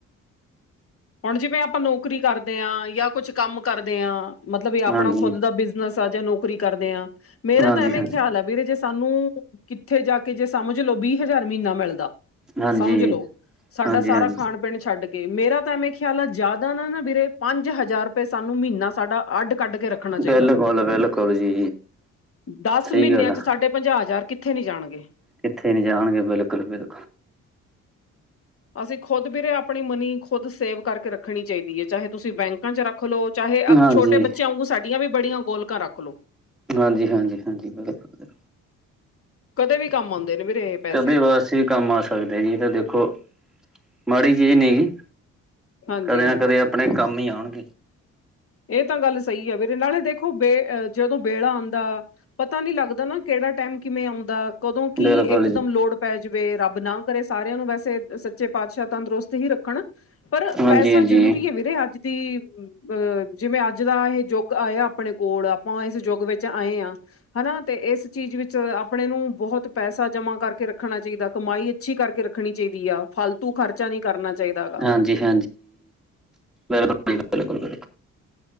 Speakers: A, on the left; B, in the centre.
A: ਹੁਣ ਜਿਵੇਂ ਆਪਾਂ ਨੌਕਰੀ ਕਰਦੇ ਆਂ ਜਾਂ ਕੁਛ ਕੰਮ ਕਰਦੇ ਆਂ ਮਤਲਬ ਵੀ ਅਪਨਾ
B: ਹਾਂਜੀ
A: ਖੁੱਦ ਦਾ ਬਿਜਨਸ ਜਾਂ ਨੌਕਰੀ ਕਰਦੇ ਆ, ਮੇਰਾ
B: ਹਾਂਜੀ
A: ਤਾਂ ਐਵੇਂ
B: ਹਾਂਜੀ
A: ਖਿਆਲ ਐ ਵੀਰੇ ਜੇ ਸਾਨੂੰ ਕਿੱਥੇ ਜਾ ਕੇ ਜੇ ਸਮਝ ਲਓ, ਵੀਹ ਹਜਾਰ ਮੀਨਾ ਮਿਲਦਾ।
B: ਹਾਂਜੀ
A: ਸਮਝ ਲੋੋ, ਸਾਡਾ
B: ਹਾਂਜੀ
A: ਸਾਰਾ
B: ਹਾਂਜੀ
A: ਖਾਣ-ਪੀਣ ਛੱਡ ਕੇ ਮੇਰਾ ਤਾਂ ਐਵੇਂ ਖਿਆਲ ਆ ਜਾਦਾ ਨਾ ਨਾ ਵੀਰੇ ਪੰਜ ਹਜਾਰ ਰਪਏ ਸਾਨੂੰ ਮੀਨਾ ਸਾਡਾ ਅੱਡ ਕੱਢ ਕੇ ਰੱਖਣਾ ਚਾਈਦੈ।
B: ਬੇਲਕੁਲ-ਬੇਲਕੁਲ ਜੀ।
A: ਦੱਸ
B: ਸਹੀ
A: ਮੀਨੇਆਂ
B: ਗੱਲ ਆ
A: 'ਚ ਸਾਡੇ ਪੰਜਾਹ ਹਜਾਰ ਕਿੱਥੇ ਨੀ ਜਾਣਗੇ।
B: ਕਿੱਥੇ ਨੀ ਜਾਣਗੇ ਬੇਲਕੁਲ-ਬੇਲਕੁਲ।
A: ਅਸੀ ਖੁਦ ਵੀਰੇ ਅਪਨੀ ਮਨੀ ਖੁਦ ਸੇਵ ਕਰਕੇ ਰੱਖਣੀ ਚਾਈਦੀ ਏ, ਚਾਹੇ ਤੁਸੀਂ ਬੈਂਕਾਂ ਚ ਰੱਖ ਰੱਖਲੋ ਚਾਹੇ
B: ਹਾਂਜੀ
A: ਛੋਟੇ ਬੱਚਿਆਂ ਆਗੂੰ ਸਾਡੀਆਂ ਵੀ ਬੜੀਆਂ ਗੋਲਕਾਂ ਰੱਖ ਲੋ।
B: ਹਾਂਜੀ-ਹਾਂਜੀ, ਹਾਂਜੀ, ਬਿਲਕੁਲ-ਬਿਲਕੁਲ।
A: ਕਦੇ ਵੀ ਕੰਮ ਆਉਂਦੇ ਨੇ ਵੀਰੇ ਏ ਪੈਸੇ।
B: ਕਦੇ ਵਾਸਤੇ ਵੀ ਕੰਮ ਆ ਸਕਦੇ ਜੀ ਏ ਤਾਂ ਦੇਖੋ, ਮਾੜੀ ਚੀਜ ਨੀ ਜੀ।
A: ਹਾਂਜੀ
B: ਕਦੇ ਨਾ ਕਦੇ ਅਪਨੇ ਕੰਮ ਈਂ ਆਉਣਗੇ।
A: ਏ ਤਾਂ ਗੱਲ ਸਈ ਆ ਵੀਰੇ ਨਾਲੇ ਦੇਖੋ, ਬੇ ਜਦੋਂ ਬੇੜਾ ਆਂਦਾ ਪਤਾ ਨੀਂ ਲਗਦਾ ਨਾ ਕੇੜਾ ਟਾਈਮ ਕਿਵੇਂ ਆਂਦਾ। ਕਦੋਂ ਕੀ
B: ਬਿਲਕੁਲ
A: ਏਕ
B: ਜੀ
A: ਦੱਮ ਲੋੜ ਪੈਜੇ। ਜਿਵੇਂ ਰੱਬ ਨਾ ਕਰੇ ਸਾਰੇਆਂ ਨੂੰ ਵੈਸੇ ਸੱਚੇ ਪਾਤਸ਼ਾਹ ਤੰਦਰੁਸਤ ਹੀ ਰੱਖਣ। ਪਰ
B: ਹਾਂਜੀ
A: ਪੈਸਾ
B: ਹਾਂਜੀ
A: ਜਰੂਰੀ ਐ ਵੀਰੇ, ਅੱਜ ਦੀ ਅਹ ਜਿਵੇਂ ਅੱਜ ਦਾ ਇਹੇ ਜੁੱਗ ਆਯਾ ਅਪਨੇ ਕੋਲ, ਆਪਾਂ ਇਸ ਯੁੱਗ ਵਿੱਚ ਆਏ ਆਂ, ਹਨਾ ਤੇ ਇਸ ਚੀਜ ਵਿੱਚ ਆਪਣੇ ਨੂੰ ਬਹੋਤ ਪੈਸਾ ਜਮਾ ਕਰਕੇ ਰੱਖਣਾ ਚਾਈਦੈ ਕਮਾਈ ਅੱਛੀ ਕਰਕੇ ਰੱਖਣੀ ਚਾਈਦੀ ਆ, ਫਾਲਤੂ ਖਰਚਾ ਨੀਂ ਕਰਨਾ ਚਾਈਦੈ।
B: ਹਾਂਜੀ-ਹਾਂਜੀ, ਬਿਲਕੁਲ-ਬਿਲਕੁਲ, ਬਿਲਕੁ